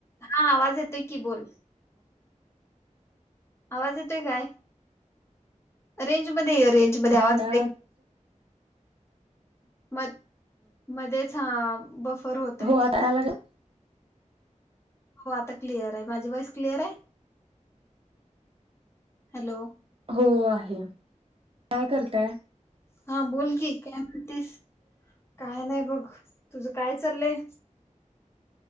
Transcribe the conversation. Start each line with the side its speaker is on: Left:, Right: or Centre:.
Left: हा आवाज येतय की बोल. आवाज येतोय काय? रेंज मध्ये य. रेंज मध्ये आवाज
Right: ना
Left: बे- म मध्येच हा बफर होतेय.
Right: हो आता आला का
Left: हो आता क्लिअर आहे, माझी वॉइस क्लिअर आहे? हॅलो?
Right: हो, आहे. काय करताय?
Left: हा, बोल की, काय म्हणतीस? काय नाही बघ, तुझ काय चाललंय?